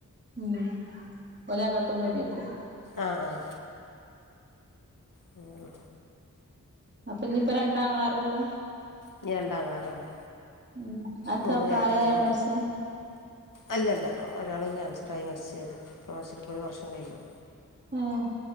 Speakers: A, on the right; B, on the left.
A: ഉം ഓലങ്ങ്ട്ടും വരിക്കും.
B: ആഹ് ആഹ്. അങ്ങനെ
A: അപ്പ ഇന്നയിപ്പ രണ്ടാങ്ങളാരേ ഉള്ളൂ.....
B: ഇനി രണ്ടാങ്ങളാരുള്ളൂ
A: ഉ അത്താ
B: മൂന്ന്
A: പ്രായമായാണ്
B: ജ്യേഷ്ഠത്തികളും
A: മരിച്ച...
B: അല്ലല്ല ഒരാള് ക്യാൻസറായി മരിച്ച... ഇ ഒരു വർഷം കഴിഞ്ഞു
A: ഉം